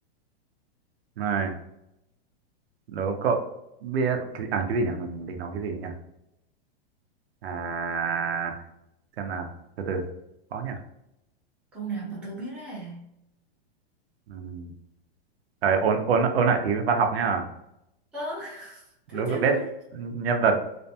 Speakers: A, on the right (about 80°); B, in the centre.
A: này đố cậu biết cái, à cái gì nhỉ mình định nói cái gì nhỉ à xem nào từ từ có nhỉ
B: câu nào mà tớ biết đấy
A: Ừm, Ờ, ôn ôn ôn lại tí văn học nhá
B: ơ tôi
A: Nếu
B: chết
A: cậu biết
B: rồi
A: nhân vật